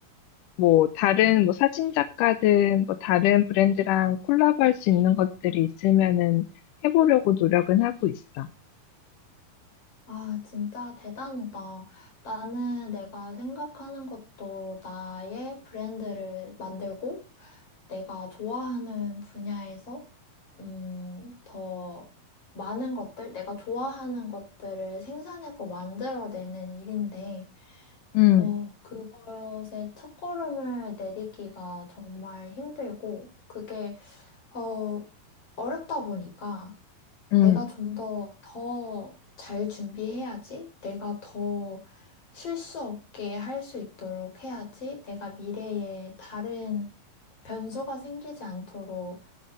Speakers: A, on the left; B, on the left.
A: 뭐 다른 뭐 사진 작가든 뭐 다른 브랜드랑 콜라보할 수 있는 것들이 있으면은 해보려고 노력은 하고 있어.
B: 아, 진짜 대단하다. 나는 내가 생각하는 것도 나의 브랜드를 만들고 내가 좋아하는 분야에서 음, 더 많은 것들, 내가 좋아하는 것들을 생산하고 만들어내는 일인데
A: 음,
B: 어, 그것의 첫걸음을 내딛기가 정말 힘들고, 그게, 어, 어렵다 보니까
A: 음,
B: 내가 좀 더, 더 잘 준비해야지, 내가 더 실수 없게 할 수 있도록 해야지, 내가 미래에 다른 변수가 생기지 않도록